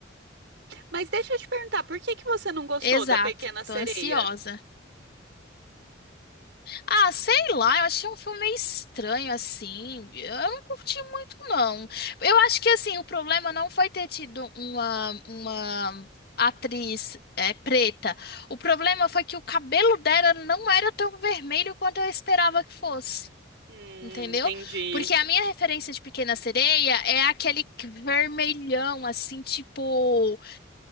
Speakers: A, on the right; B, on the left.
A: Mas deixa eu te perguntar, por que que você não gostou
B: Exato,
A: da Pequena Sereia?
B: tô ansiosa. Ah, sei lá, eu achei um filme meio estranho assim. Eu não curti muito, não. Eu acho que assim, o problema não foi ter tido uma, uma atriz é, preta. O problema foi que o cabelo dela não era tão vermelho quanto eu esperava que fosse.
A: Hum,
B: Entendeu?
A: entendi.
B: Porque a minha referência de Pequena Sereia é aquele vermelhão, assim, tipo.